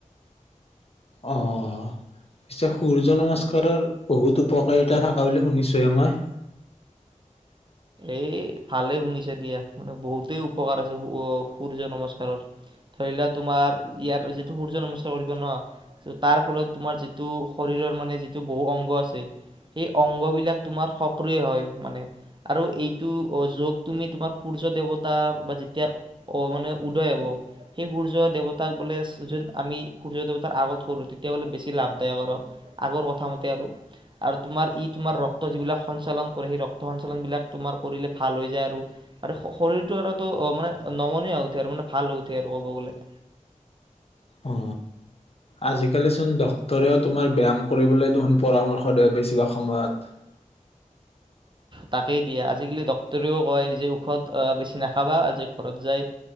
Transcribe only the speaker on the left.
অ' পিছে সূৰ্য নমস্কাৰৰ বহুত উপকাৰিতা থকা বুলি শুনিচোহে মই।
অ আজিকালি চোন ডক্তৰেও তোমাৰ ব্যায়াম কৰিবলৈ দেখোন পৰামৰ্শ দিয়ে বেছিভাগ সময়ত